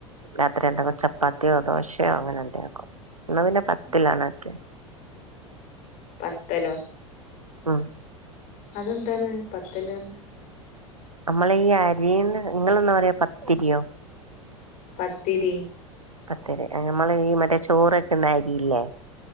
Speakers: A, on the right; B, on the left.
A: രാത്രിയെന്താ ചപ്പാത്തിയോ ദോശയോ അങ്ങനെ എന്തെങ്കിലൊക്കാവും ഇന്നാ പിന്നെ പത്തലാണാ
B: ആഹ്
A: ക്യെ
B: പത്തലോ
A: ഉം
B: അതെന്താണ് പത്തല് പറഞ്ഞ
A: നമ്മള് ഈ അരീന്ന് ങ്ങളന്നാ പറയാ പത്തിരിയോ
B: പത്തിരി
A: പത്തല് നമ്മള് ഈ മറ്റേ ചോറ് വെക്കുന്ന അരി ഇല്ലേ